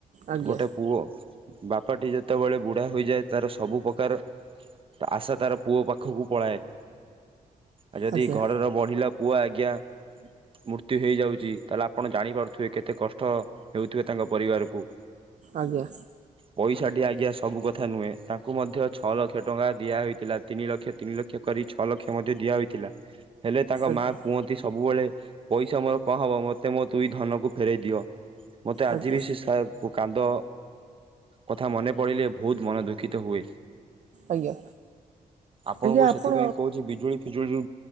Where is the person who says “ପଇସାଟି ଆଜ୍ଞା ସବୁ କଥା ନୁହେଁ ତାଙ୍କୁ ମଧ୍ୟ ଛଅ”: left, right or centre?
Right